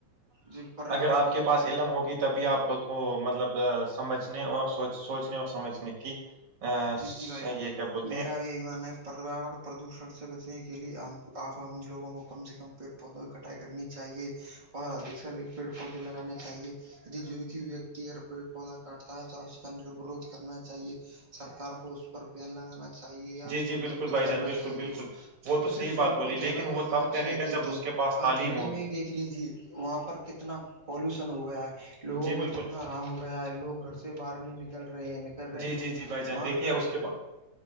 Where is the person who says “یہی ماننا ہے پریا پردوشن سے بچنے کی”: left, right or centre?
Right